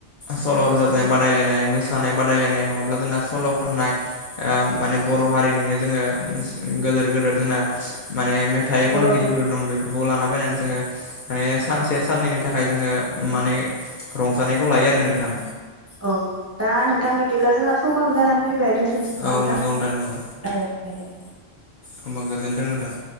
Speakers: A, on the left (about 55°); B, on the right (about 20°).
A: सल रोजाबनाय बादायलायनाय मोसानाय बादायलायनाय नङाब्ला जोंना सल खननाय। ओ माने बर हारिनिनो जोङो गोदोर गोेदोर जोंना मेने थाइ
B: नंगौ
A: खनगिरिफोर
B: नोंथां
A: दं बेफोरखौ लाना फैनानै जोङो माने सानसे।
B: औ
A: साननैनि थाखाय जोङो माने रंजानायखौ लायो आरो नोंथां।
B: औ दा नोंथां बिदिब्ला जोंहा समाबो जानानै फैबाय दोनथनोसै
A: औ
B: नामा नोंथां।
A: नंगौ नंगौ
B: औ दे।
A: होमबा गोजोन्थों नोंथां।